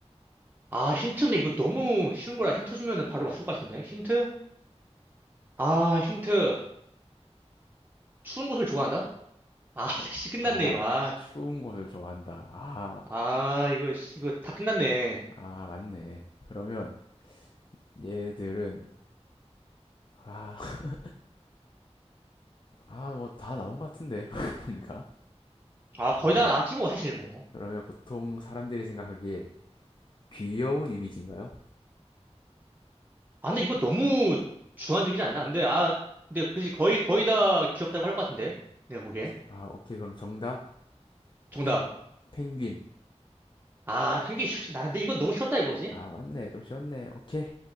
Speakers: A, on the right; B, on the left.
A: 아, 힌트인데 이거 너무 쉬운 거라 힌트 주면은 바로 맞출 것 같은데. 힌트? 아, 힌트. 추운 곳을 좋아한다? 아, <laughs>
B: 어,
A: 씨, 끝났네,
B: 아,
A: 이거. 아,
B: 나 추운 곳을 좋아한다. 아,
A: 아, 이거, 씨, 이거 다 끝났네.
B: 아, 맞네. 그러면 얘들은, 아, <laughs> 아, 뭐 다 나온 것 같은데. <laughs> 보니까.
A: 아, 거의
B: 그러면,
A: 다 나왔지, 뭐, 사실, 뭐.
B: 그러면 보통 사람들이 생각하기에 귀여운 이미지인가요?
A: 아, 근데 이거 너무 주관적이지 않나? 근데, 아, 근데, 그지, 거의, 거의 다 귀엽다고 할 것 같은데. 내가 보기에.
B: 아, 오케이. 그럼 정답
A: 정답.
B: 펭, 펭귄.
A: 아, 편기 쉽지. 나, 근데 이건 너무 쉬웠다, 이거지?
B: 아, 맞네. 좀 쉬웠네. 오케이.